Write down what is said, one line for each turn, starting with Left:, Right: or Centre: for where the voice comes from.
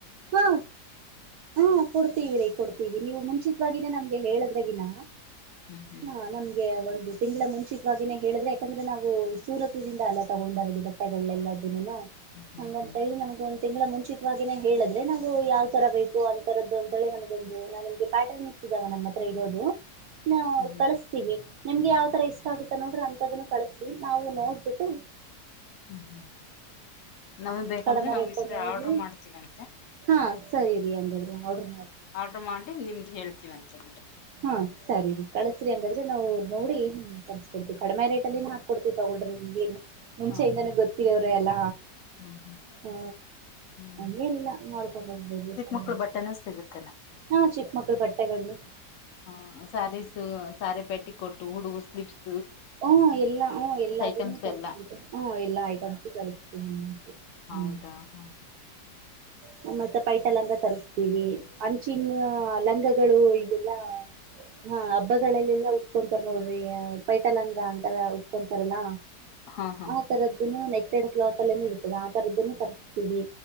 Right: ಹಾ ಹ ಕೊಡ್ತೀವ್ ರೀ ಕೊಡ್ತೀವಿ ನೀವು ಮುಂಚಿತ್ವಾಗಿ ಇನ ನಮ್ಗೆ ಹೇಳಿದ್ರಗಿನ.
Left: ಹ್ಮ್ ಹ್ಮ್
Right: ಹಾ ನಮ್ಗೆ ಒಂದ್ ಇದು ತಿಂಗ್ಳ ಮುಂಚಿತ್ವಾಗಿನೇ ಹೇಳಿದ್ರೆ ಯಾಕಂದ್ರೆ ನಾವು ಸೂರತದಿಂದ ಅಲ್ಲ ತಗೊಂಡ್ಬಾರದು ಬಟ್ಟೆಗಳೆಲ್ನೆಲ್ಲದ್ ನೆಲ್ಲ
Left: ಹ್ಮ್
Right: ಹಂಗಂತ
Left: ಹ್ಮ್ ಹ್ಮ್
Right: ಹೇಳಿ ನನಿಗ್ ಒಂದ್ ತಿಂಗ್ಳ ಮುಂಚಿತ್ವಾಗಿನೆ. ಹೇಳಿದ್ರೆ ನಾವು ಯಾವ್ ತರ ಬೇಕು ಅಂತರದ್ದು ಅಂತೇಳೆ ನಮಗೊಂದು ನ ನಮಗೆ ಪ್ಯಾಟರ್ನ್ ಇಸ್ ಇದಾವ ನಮ್ಮ ಹತ್ರ ಇರೋದು. ನಾವ್
Left: ಹ್ಮ್
Right: ಕಳುಸ್ತೀವಿ. ನಿಮ್ಗೆ ಯಾವ್ ತರ ಇಷ್ಟ ಆಗುತ್ತಾ ನೋಡ್ರಿ ಅಂತದನ್ನ ಕಳುಸ್ರಿ ನಾವು ನೋಡ್ಬುಟ್ಟು.
Left: ಹ್ಮ್ ಹ್ಮ ನಮ್ಗ್ ಬೇಕಂದ್ರೆ
Right: ಕಡಿಮೆ
Left: ನಾವ್
Right: ರೇಟಲ್ಲಿ
Left: ಈ ಸರಿ ಅಡ್ರು ಮಾಡ್ತೀವಂ
Right: ಹಾ. ಸರಿ ರೀ ಹಂಗಾದ್ರ ಅಡ್ರ.
Left: ಆರ್ಡ್ರ ಮಾಡಿ ನಿಮ್ಗ ಹೇಳ್ತೀವಂತ್. ತೆ ಬುಡ್ಡೆ.
Right: ಹಾ ಸರಿ ರಿ ಕಳುಸ್ರಿ ಹಾಗಂಗಾದ್ರೆ ನಾವು ನೋಡಿ ನಿಮ್ಗ್ ತರ್ಸ್ಕೊಡ್ತಿವಿ
Left: ಹ್ಮ್
Right: ಕಡ್ಮೆ ರೇಟಲಿನ ಹಾಕ್ ಕೊಡ್ತಿವ್ ತಗೋಳ್ರಿ ನಿಮ್ಗ್ ಏನು. ಮುಂಚೆಯಿಂದನೆ
Left: ಹ್ಮ್
Right: ಗೊತ್ತಿರೋರ್ ರೆ ಅಲ್ಲ.
Left: ಹ್ಮ್ ಹ್ಮ್
Right: ಹಾ
Left: ಹ್ಮ್
Right: ಹಂಗೆನಿಲ್ಲ
Left: ಹ್ಮ್
Right: ಮಾಡ್ಕೊಂಡ್ ಹೋಗ್ಬೋದು
Left: ಚಿಕ್ಕ
Right: ಸಲ
Left: ಮಕ್ಳ ಬಟ್ಟೆನೂ ಸಿಗುತ್ತೇನೆ
Right: ಹಾ ಚಿಕ್ಕ ಮಕ್ಳ ಬಟ್ಟೆಗಳ್ನು.
Left: ಹ ಸ್ಯಾರೀಸು ಸಾರಿ ಪೆಟ್ಟಿ ಕೊಟ್ಟು ಹುಡ್ಗುರ್ ಸ್ಲೀಪ್ಸ್
Right: ಹು ಎಲ್ಲಾ ಹು ಎಲ್ಲದನ್ನೂ
Left: ಐಟಮ್ಸ್
Right: ತರುಸ್ಬೊದು
Left: ಎಲ್ಲ
Right: ಹು ಎಲ್ಲಾ ಐಟಮ್ಸು ತರಸ್ <unintelligible>
Left: ಹೌದಾ
Right: ಹ್ಮ
Left: ಹಾ
Right: ಹ್ಮ್ ಮತ್ತೆ ಪೈಸ ಲಂಗ ತರಿಸಸ್ತೀವಿ ಅಂಚಿನ ಲಂಗಕ್ ಗಳು ಈಗೆಲ್ಲ. ಹಾ ಹಬ್ಬಗಳಲ್ಲೆಲ್ಲ ಉಟ್ಕೊಂತರ್ ನೋಡ್ರಿ ಅ. ಪೈಟ ಲಂಗ ಅಂತರ ಉ ಹಕೊಂತಾರಲ್ಲ
Left: ಹಾ ಹಾ ಹಾ
Right: ಆ ತರದುನು ನೆಕ್ ಕೆಡ್ ಕ್ಲಾತೆಲೆನು ಇರ್ತದ ಆ ತರದನ್ನೂ ತರ್ಸ್ತೀವಿ.